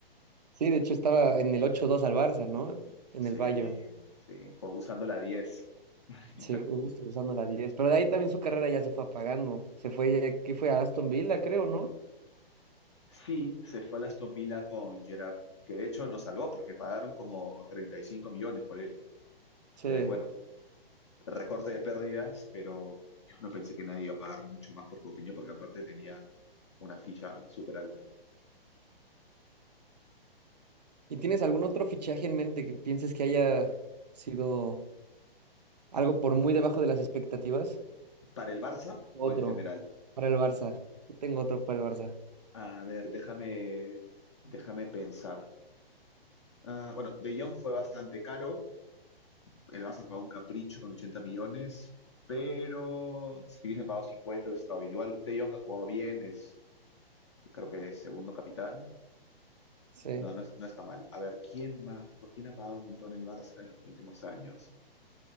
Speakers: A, on the right; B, on the left.
A: Sí, de hecho estaba en el ocho dos al Barça, ¿no? En
B: Sí,
A: el Bayern.
B: sí, con- usando la diez Imagínate.
A: Sí, justo usando la 10. Pero de ahí también su carrera ya se fue apagando. Se fue, ¿qué fue? A Aston Villa, creo, ¿no?
B: Sí, se fue al Aston Villa con Gerrard, que de hecho nos salvó porque pagaron como 35 millones por él.
A: Sí.
B: Que bueno, recorte de pérdidas, pero yo no pensé que nadie iba a pagar mucho más por Coutinho porque aparte tenía una ficha súper alta.
A: ¿Y tienes algún otro fichaje en mente que pienses que haya sido algo por muy debajo de las expectativas?
B: ¿Para el Barça
A: Otro
B: o en general?
A: para el Barça. Yo tengo otro para el Barça.
B: A ver, déjame, déjame pensar. Ah, bueno, De Jong fue bastante caro. El Barça pagó un capricho con 80 millones, pero si hubiesen pagado 50, hubiese estado bien. Igual De Jong ha jugado bien, es creo que es segundo capitán.
A: Sí.
B: No, no, es- no está mal. A ver, ¿quién más? ¿Por quién ha pagado un montón el Barça en los últimos años?